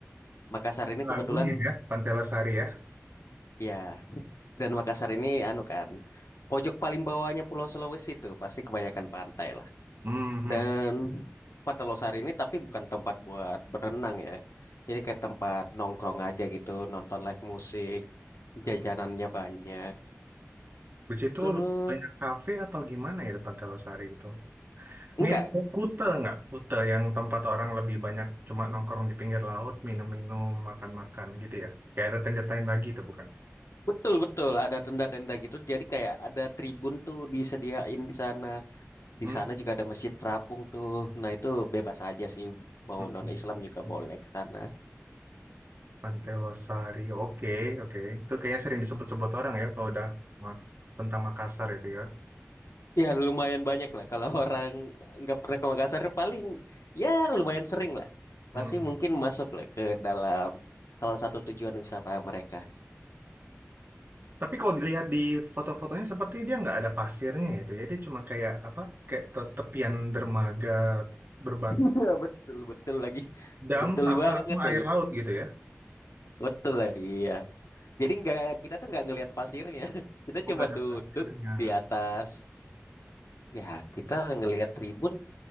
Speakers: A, on the left; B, on the right.
A: Makassar ini kebetulan
B: Lagunya ya, Pantai Losari ya.
A: ya dan Makassar ini anu kan pojok paling bawahnya Pulau Sulawesi tuh pasti kebanyakan pantai lah.
B: Hmm, hmm.
A: Dan Pantai Losari ini tapi bukan tempat buat berenang ya. Jadi kayak tempat nongkrong aja gitu, nonton live musik, jajanannya banyak.
B: Di situ
A: Terus
B: banyak kafe atau gimana ya di Pantai Losari itu?
A: enggak
B: Mirip kayak Kuta nggak? Kuta yang tempat orang lebih banyak cuma nongkrong di pinggir laut, minum-minum, makan-makan gitu ya. Kayak ada tenda-tenda itu bukan?
A: Betul betul ada tenda-tenda gitu. Jadi kayak ada tribun tuh disediain di sana. Di
B: Hmm?
A: sana juga ada masjid terapung tuh. Nah itu bebas aja sih mau
B: hmm,
A: non
B: hmm.
A: Islam juga
B: hmm.
A: boleh ke sana.
B: Pantai Losari, oke, oke. Itu kayaknya sering disebut-sebut orang ya kalau udah ma- tentang Makassar itu ya.
A: Ya lumayan banyak lah kalau <laughs> orang nggak pernah ke Makassar paling ya lumayan sering lah.
B: Hmm.
A: Pasti
B: hmm.
A: mungkin masuk lah ke dalam salah satu tujuan wisata mereka.
B: Tapi kalau dilihat di foto-fotonya sepertinya dia nggak ada pasirnya itu ya. Dia cuma kayak apa? Kayak te- tepian dermaga berbat
A: <laughs> Iya betul betul lagi,
B: dam
A: betul
B: sama
A: banget
B: langsung air
A: lagi,
B: laut gitu ya.
A: betul lagi ya. Jadi nggak kita tuh nggak ngelihat pasirnya, <laughs> kita
B: Oh,
A: cuma
B: nggak ada
A: duduk
B: pasirnya.
A: di atas Ya, kita ngelihat tribun